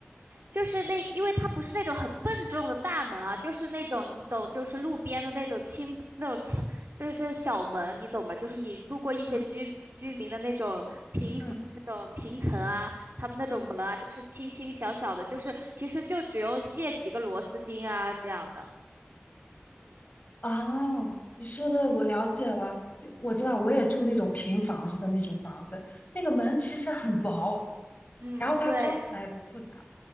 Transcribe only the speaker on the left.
嗯嗯
嗯，
啊，你说的我了解了，我知道，我也住那种平房子的那种房子，那个门其实很薄，
然后它装起来也不复杂